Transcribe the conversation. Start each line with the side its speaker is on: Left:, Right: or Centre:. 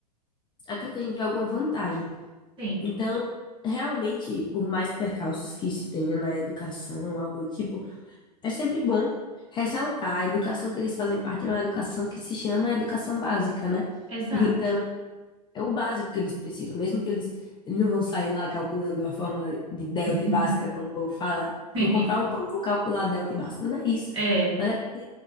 Left: aquilo que a gente vê alguma vantagem.
Right: sim,
Left: Então, realmente, por mais percalços que se tenha na educação, algo do tipo, é sempre bom ressaltar, a educação que eles fazem parte é uma educação que se chama educação básica, né?
Right: exato,
Left: Então, É o básico que eles precisam. Mesmo que eles, eles não vão sair lá calculando a fórmula de delta
Right: <laughs>
Left: e bhaskara, como o povo fala. Vou
Right: sim,
Left: comprar um pão, vou calcular delta e bhaskara. Não é isso.
Right: é,
Left: Mas é porque